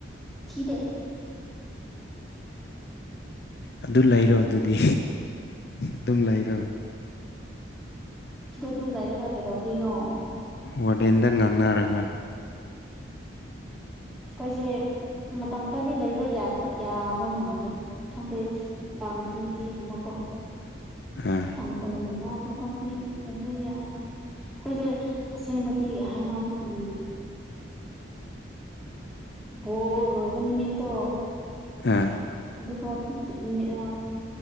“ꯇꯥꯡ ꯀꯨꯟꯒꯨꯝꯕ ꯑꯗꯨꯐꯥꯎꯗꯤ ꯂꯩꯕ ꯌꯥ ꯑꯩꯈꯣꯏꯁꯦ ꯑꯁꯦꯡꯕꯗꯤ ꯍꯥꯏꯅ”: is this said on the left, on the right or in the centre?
Centre